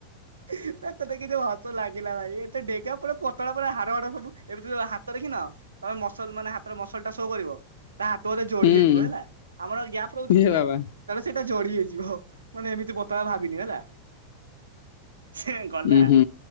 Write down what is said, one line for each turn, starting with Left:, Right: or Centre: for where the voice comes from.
Right: <inaudible> ତାକୁ ଦେଖି ଯୋଉ ହସ ଲାଗିଲା ଭାଇ ଏତେ ଡେଙ୍ଗା ପୁରା ପତଳା। ତ ହାଡଗୋଡ଼ ସବୁ ଏମତି ହାତ ଦେଖି ନା ତମେ ମସଲ ମାନେ ହାତର ମସଲଟା ଶୋ କରିବ ତା ହାତ ବୋଧେ ଜୋଡି
Left: ହୁଁ
Right: ହେଇଯିବ ହେଲା, ଆମର ଗ୍ୟାପ୍ ରହୁଛି
Left: ହେ
Right: ଟିକେ
Left: ବାବା
Right: ତାପରେ ସେଟା ଜୋଡି ହେଇଯିବ ଆଉ ମାନେ ଏମିତି ପତଳା ଭାବିନିଅ ହେଲା। ସେ ଗଲା।
Left: ଉଁ ହୁଁ